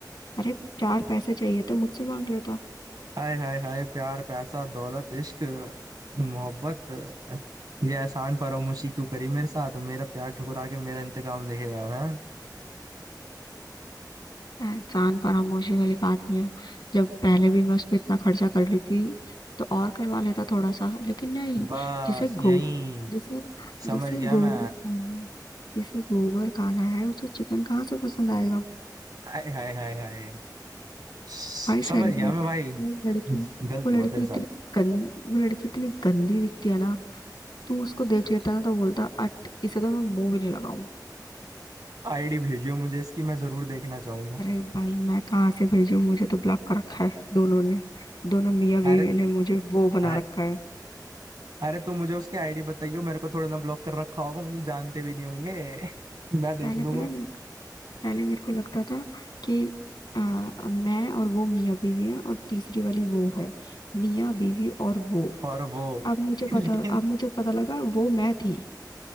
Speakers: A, on the left; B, on the right.
A: अरे चार पैसे चाहिए तो मुझसे मांग लेता
B: हाय हाय हाय प्यार पैसा दौलत इश्क मोहब्बत ये एहसान फरामोशी क्यों करी मेरे साथ मेरा प्यार ठुकरा के मेरा इंतकाम देखेगा है।
A: एहसान फरामोशी वाली बात नहीं है जब पहले भी मैं उस पर इतना खर्चा कर ली थी तो और करवा लेता थोड़ा सा लेकिन नहीं
B: बस
A: जिसे
B: यही
A: गो जिसे
B: समझ
A: जिसे
B: गया
A: गोबर
B: मैं
A: खाना है जिसे गोबर खाना है उसको चिकन कहाँ से पसंद आएगा
B: हाय हाय हाय हाय समझ
A: भाई साइड
B: गया
A: में
B: मैं भाई
A: वो लड़की
B: गलत
A: वो लड़की
B: हुआ तेरे
A: इतनी
B: साथ
A: गंद वो लड़की इतनी गंदी दिखती है ना तू उसको देख लेता ना तो बोलता अट इसे तो मैं मुंह भी नहीं लगाऊं
B: आईडी भेजियो मुझे इसकी मैं जरूर देखना चाहूंगा
A: अरे भाई मैं कहाँ से भेजूं मुझे तो ब्लॉक कर रखा है दोनों ने दोनों मियाँ बीवी
B: अरे
A: ने मुझे वो बना
B: अ-
A: रखा है
B: अरे तू मुझे उसकी आईडी बताइयो मेरे को थोड़ा ना ब्लॉक कर रखा होगा मुझे जानते भी नहीं होंगे मैं देख
A: पहले
B: लूंगा
A: पता है पहले मेरे को लगता था कि आ, मैं और वो मियाँ बीवी है और तीसरी वाली वो है मियाँ बीवी और वो
B: और वो
A: अब मुझे
B: <laughs> लेकिन
A: पता अब मुझे पता लगा वो मैं थी